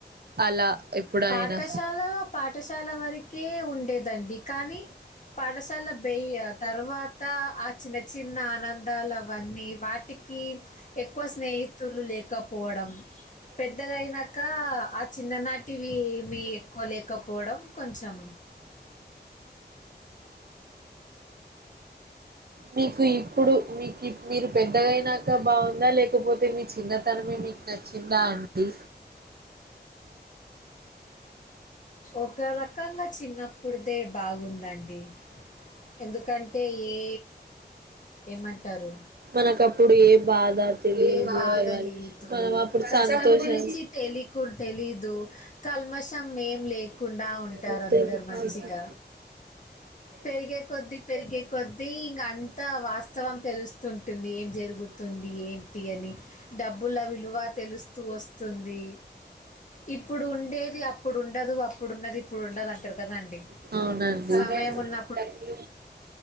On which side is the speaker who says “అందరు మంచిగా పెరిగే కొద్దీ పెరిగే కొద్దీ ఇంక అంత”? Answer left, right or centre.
Left